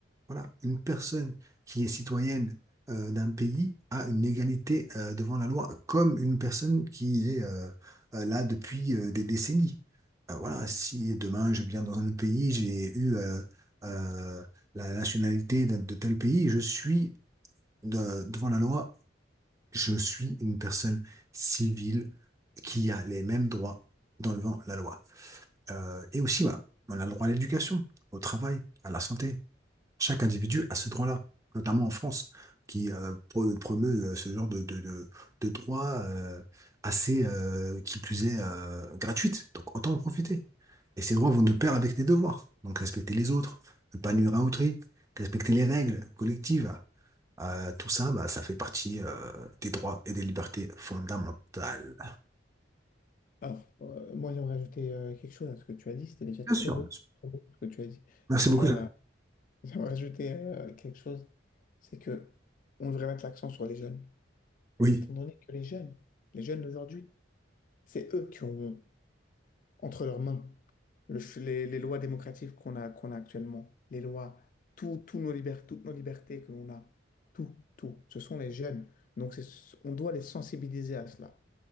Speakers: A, on the right; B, on the left.
A: Voilà, une personne qui est citoyenne euh, d'un pays a une égalité euh, devant la loi, comme une personne qui est euh, euh, là depuis euh, des décennies. Euh, voilà, si demain je viens dans un autre pays, j'ai eu euh, euh, la nationalité de, de tel pays, je suis de- devant la loi, je suis une personne civile qui a les mêmes droits devant la loi. Euh, et aussi, bah, on a le droit à l'éducation, au travail, à la santé. Chaque individu a ce droit-là, notamment en France, qui euh, pro- promeut euh, ce genre de, de, de, de droit euh, assez, euh, qui plus est, euh, gratuite. Donc autant en profiter. Et ces droits vont de pair avec tes devoirs. Donc respecter les autres, ne pas nuire à autrui, respecter les règles collectives. Euh, tout ça, bah, ça fait partie euh, des droits et des libertés fondamentales.
B: Alors, euh, moi, j'aimerais ajouter euh, quelque chose à ce que tu as dit. C'était déjà
A: Bien
B: très
A: sûr,
B: beau,
A: bien sûr.
B: très beau ce que tu as dit.
A: Merci
B: Et J'aimerais
A: beaucoup. Sam.
B: euh, J'aimerais ajouter euh, quelque chose, c'est que on devrait mettre l'accent sur les jeunes,
A: Oui,
B: étant donné que les jeunes, les jeunes d'aujourd'hui, c'est eux qui ont entre leurs mains le ch- les, les lois démocratiques qu'on a, qu'on a actuellement, les lois, tout, tout nos liber- toutes nos libertés que l'on a, tout, tout, ce sont les jeunes. Donc c'est- on doit les sensibiliser à cela.